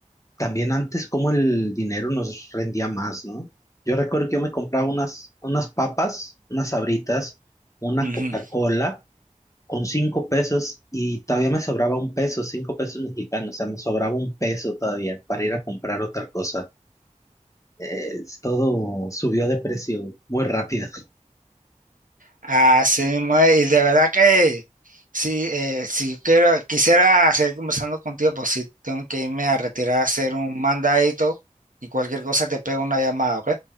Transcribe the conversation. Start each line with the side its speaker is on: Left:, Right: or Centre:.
Left: También antes como el dinero nos rendía más, ¿no? Yo recuerdo que yo me compraba unas, unas papas, unas Sabritas, una
Right: Ujú.
Left: Coca-Cola con cinco pesos y todavía me sobraba un peso, cinco pesos mexicanos, o sea, me sobraba un peso todavía para ir a comprar otra cosa. Eh, todo subió de precio muy rápido.
Right: Así mismo es, y de verdad que sí, eh, si quiero, quisiera seguir conversando contigo, pues sí tengo que irme a retirar a hacer un mandadito y cualquier cosa te pego una llamada, ¿ok?